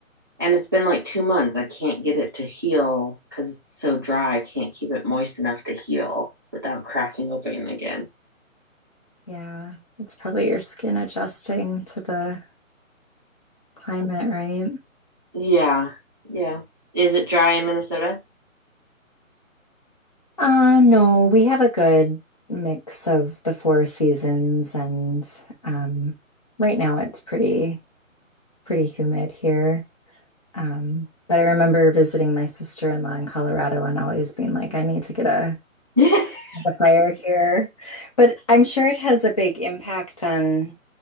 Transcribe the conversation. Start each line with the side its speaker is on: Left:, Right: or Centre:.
Right: And it's been like two months. I can't get it to heal because it's so dry. I can't keep it moist enough to heal without cracking open again.
Left: yeah, it's probably your skin adjusting to the climate, right?
Right: Yeah. Yeah. Is it dry in Minnesota?
Left: Uh, no, we have a good mix of the four seasons and um right now it's pretty pretty humid here. Um, but I remember visiting my sister-in-law in Colorado and always being like, I need to get a,
Right: <laughs>
Left: a fire here. But I'm sure it has a big impact on